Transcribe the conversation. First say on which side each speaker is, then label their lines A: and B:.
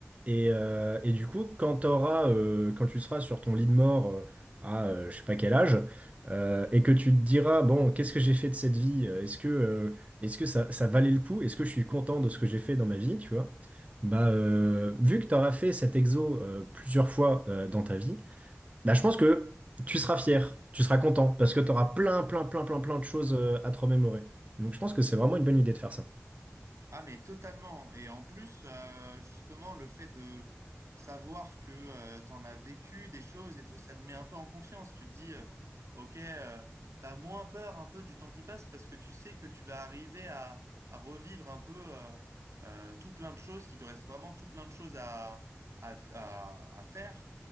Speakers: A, on the right; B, on the right.
A: Et, euh, et du coup quand t'auras, euh, quand tu seras sur ton lit de mort euh, à euh, je sais pas quel âge euh, et que tu te diras bon qu'est-ce que j'ai fait de cette vie? euh, Est-ce que euh, est-ce que ça, ça valait le coup? Est-ce que je suis content de ce que j'ai fait dans ma vie? Tu vois? Bah euh, vu que t'auras fait cet exo euh, plusieurs fois euh, dans ta vie bah, je pense que tu seras fier, tu seras content, parce que tu
B: Mm.
A: auras plein, plein, plein, plein, plein de choses euh, à te remémorer. Donc je pense que c'est vraiment une bonne idée de faire ça.
B: Ah, mais totalement. Et en plus, euh, justement, le fait de savoir que euh, tu as vécu des choses et tout, ça te met un peu en confiance. Tu te dis, euh, OK, euh, t'as moins peur un peu du temps qui passe parce que tu sais que tu vas arriver à, à revivre un peu euh, euh, tout plein de choses, qu'il te reste vraiment tout plein de choses à, à, à- à faire.